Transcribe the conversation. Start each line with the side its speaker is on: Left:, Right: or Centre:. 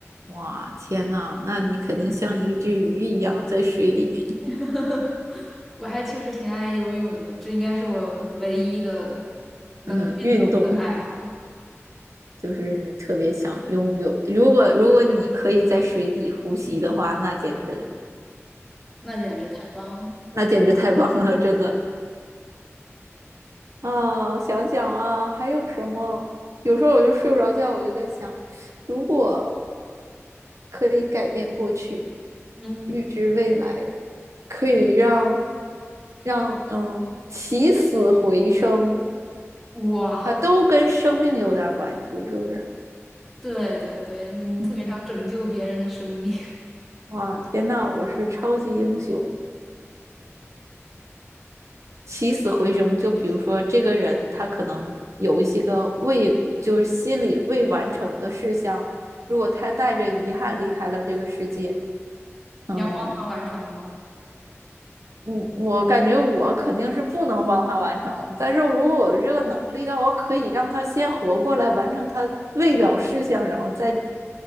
Right: 哇，天呐，那你肯定像一只鱼一样在水里面。
Centre: <laughs> 我还确实挺爱游泳的，这应该是我唯一的能运动的爱好。
Right: 嗯，运动就是你特别想拥有。如果如果你可以在水底呼吸的话，那简直
Centre: 那简直太棒了！
Right: 那简直太棒了，真的。啊，我想想啊，还有什么？有时候我就睡不着觉，我就在想，如果可以改变过去，
Centre: 嗯，
Right: 预知未来，可以让让嗯起死回生
Centre: 哇，
Right: 啊，都跟生命有点儿关系，是不是？
Centre: 对对对，你特别想拯救别人的生命，
Right: 嗯，哇，天呐，我是超级英雄。起死回生，就比如说这个人他可能有一些个未，
Centre: <laughs> 英雄，
Right: 就是心里未完成的事项，如果他带着遗憾离开了这个世界，嗯
Centre: 你要帮他完成吗？
Right: 我我感觉我肯定是不能帮他完成，但是如果我有这个能力的话，我可以让他先活过来，完成他未了事项，然后再